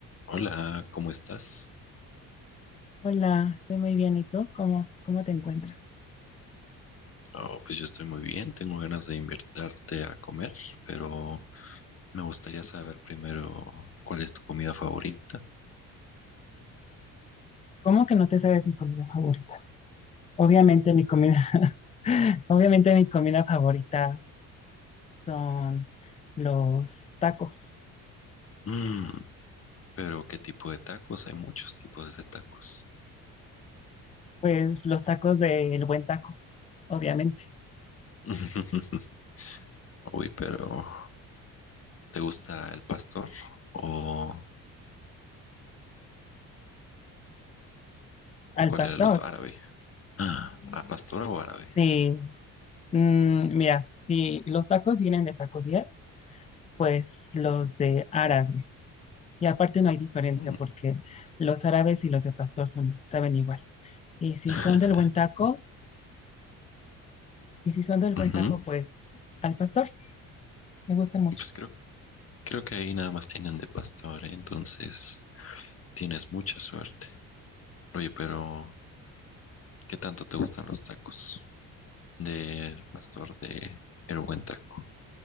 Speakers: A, on the left (about 40°); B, on the left (about 20°).
A: Hola, ¿cómo estás?
B: Hola, estoy muy bien. ¿Y tú? ¿Cómo, cómo te encuentras?
A: Oh, pues yo estoy muy bien, tengo ganas de invitarte a comer, pero me gustaría saber primero cuál es tu comida favorita.
B: ¿Cómo que no te sabes mi comida favorita? Obviamente mi comida, <laughs> obviamente mi comida favorita son los tacos.
A: Mm, pero ¿qué tipo de tacos? Hay muchos tipos de tacos.
B: Pues los tacos del buen taco, obviamente.
A: <laughs> Uy, pero ¿te gusta el pastor o,
B: Al
A: o cuál
B: pastor.
A: era el otro árabe? Ah, ¿a ¿pastora o árabe?
B: Sí, mm, mira, si los tacos vienen de Taco 10, pues los de árabe. Y aparte no hay diferencia
A: Mm.
B: porque los árabes y los de pastor son, saben igual. Y si
A: <laughs>
B: son del buen taco, Y si son del buen
A: Ujú.
B: taco, pues al pastor. Me gustan mucho.
A: Pues creo, creo que ahí nada más tienen de pastor, ¿eh? Entonces tienes mucha suerte. Oye, pero ¿Qué tanto te gustan los tacos? Del pastor de El Buen Taco.